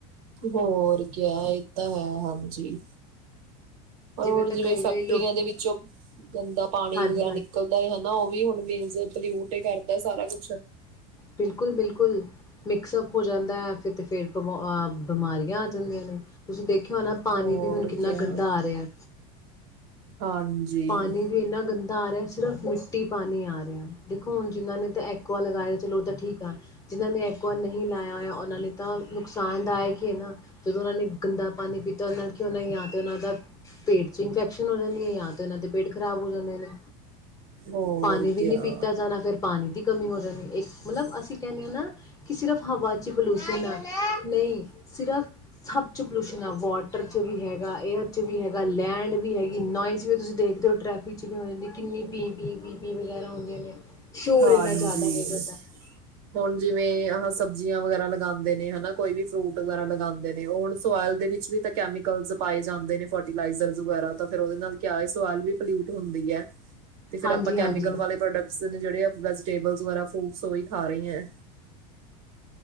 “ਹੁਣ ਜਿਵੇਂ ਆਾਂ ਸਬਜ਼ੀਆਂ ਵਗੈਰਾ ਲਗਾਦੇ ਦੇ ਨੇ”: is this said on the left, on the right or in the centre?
Right